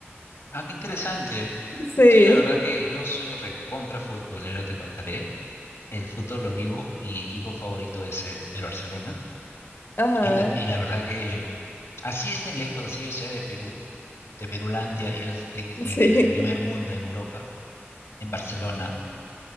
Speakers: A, on the left; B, on the left.
A: Ah, qué interesante.
B: Sí,
A: Sí, la verdad que yo soy recontra futbolero, te contaré. El fútbol lo vivo, mi equipo favorito es el el Barcelona.
B: ajá,
A: Y la, y la verdad que así estén lejos, así yo sé de Perú, de Perulandia, ellos estén en
B: sí,
A: el primer mundo, en Europa, en Barcelona,